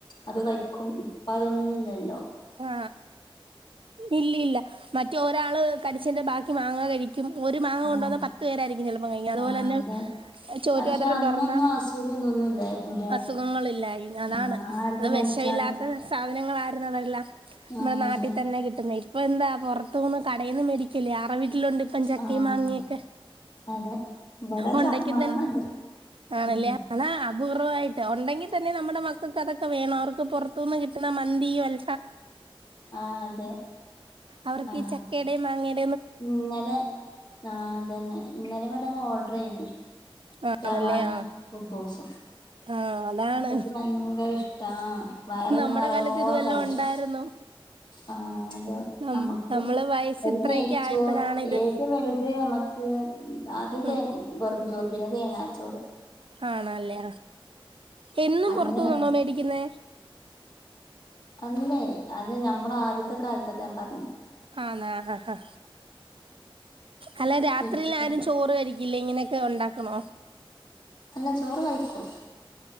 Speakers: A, on the left; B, on the right.
A: അത് കഴിക്കും ഇപ്പതൊന്ന് ഇല്ലല്ലോ
B: ആ ഇല്ലില്ല മറ്റേ ഒരാള് കടിച്ചന്റെ ബാക്കി മാങ്ങ കഴി ഒരു മാങ്ങ
A: ആഹ്
B: കൊണ്ട വന്ന പത്തു പേരായിരിക്കും ചിലപ്പം കഴിക്കാ, അതുപോലെ
A: ആഹ്
B: തന്നെ
A: അതെ
B: ചോറ്റുപാത്രം
A: പക്ഷെ അന്നൊന്നും
B: തുറന്ന
A: അസുഖം ഇതൊന്നും ഇല്ലായിരുന്നുല്ലേ
B: അസുഖങ്ങളില്ലായി അതാണ്
A: ആഹ് ആരത്
B: അന്ന് വിഷമില്ലാത്ത
A: കഴിച്ചാലും
B: സാധനങ്ങളായിരുന്നതെല്ലാം. മ്മളെ
A: ആഹ്
B: നാട്ടിൽ
A: അതെ
B: തന്നെ കിട്ടുന്ന ഇപ്പൊ എന്താ പുറത്തുന്ന് ക കടയിന്ന് മേടിക്കല് <unintelligible> ട്ടിലുണ്ട് ഇപ്പ ചക്കയും
A: ആഹ്
B: മാങ്ങയൊക്കെ
A: അതെ ഇവിടെ
B: ഉണ്ടെങ്കി
A: ചക്ക മാങ്ങണ്ട്
B: തന്നെ ആണല്ലേ
A: ഉം
B: ആ അപൂർവാ ഉണ്ടങ്കിൽ തന്നെ നമ്മുടെ മക്കൾക്ക് അതൊക്കെ വേണോ അവർക്ക് പുറത്തുനിന്ന് കി ട്ടുന്ന മന്തിയോ അൽ
A: ആ അതെ.
B: അവർക്ക്
A: ആഹ്
B: ഈ ചക്കയുടെയും മാ ങ്ങയും
A: ഇന്നലെ ആ അതന്നെ ഇന്നലെ ഇവിട ഓർഡർ ചെയ്യുന്നു.
B: ആണല്ലേ
A: ഷവായും
B: ആ
A: കുബ്ബുസും
B: ആ അതാണ്
A: അതക്കെ ഭയങ്കര ഇഷ് ആ വയറ്
B: നമ്മുടെ
A: നിറയോളം
B: കാലത്ത് ഇത് വല്ലോം
A: കഴിച്ചു
B: ഉണ്ടായിരുന്നോ
A: ആ അത്
B: നം
A: നമുക്ക്
B: നമ്മള് വയസ്സ്
A: ഒരു
B: ഇത്രയൊക്കെ
A: നേ
B: ആയപ്പോഴാണ്
A: സോ
B: ഇത്
A: ഏറ്റവും വലുത് നമുക്ക് ആദ്യത്തെ
B: ഉം
A: ചോറ് പിന്നെ തേങ്ങ ചോറ്
B: ആണല്ലേ എന്നും
A: അങ്ങനെയാണല്ലേ
B: പുറത്തുന്നണോ മേടിക്കുന്നേ
A: അല്ലേ അല്ല ഞമ്മള ആദ്യത്തെ കാലത്ത് ഞാൻ പറഞ്ഞ
B: ആന്ന് ആ ഹ് ഹ അല്ല രാത്രിയിൽ
A: ഇപ്പ
B: ആരും ചോറ് കഴി ഇല്ല ഇങ്ങനൊക്കെ ഒണ്ടാക്കണോ
A: <unintelligible> ചോറ് കഴിക്കും